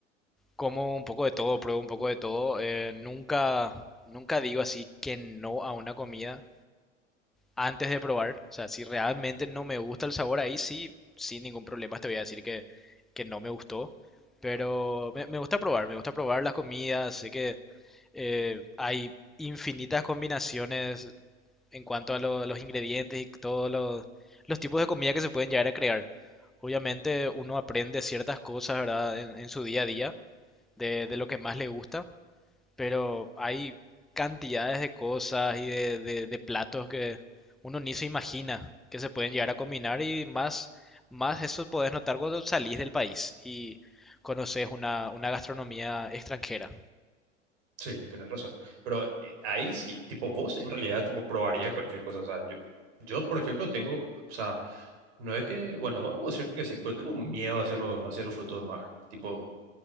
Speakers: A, in the centre; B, on the right.
A: como un poco de todo, pruebo un poco de todo, eh, nunca, nunca digo así que no a una comida. antes de probar. O sea, si realmente no me gusta el sabor, ahí sí, sin ningún problema te voy a decir que, que no me gustó. Pero me, me gusta probar, me gusta probar las comidas. Sé que eh, hay infinitas combinaciones en cuanto a lo- los ingredientes y todos los, los tipos de comida que se pueden llegar a crear. Obviamente uno aprende ciertas cosas, ¿verdad? En, en su día a día de, de lo que más le gusta pero hay cantidades de cosas y de, de- de platos que uno ni se imagina que se pueden llegar a combinar y más, más eso podés notar cuando salís del país y conoces una, una gastronomía extranjera.
B: Sí, tienes razón. Pero eh, ahí sí, tipo, vos en realidad, tipo, probarías cualquier cosa. O sea, yo, yo, por ejemplo, tengo, o sea, no es que, bueno, vamos a decir que sí, pero tengo miedo hacia, lo- hacia los frutos del mar. Tipo,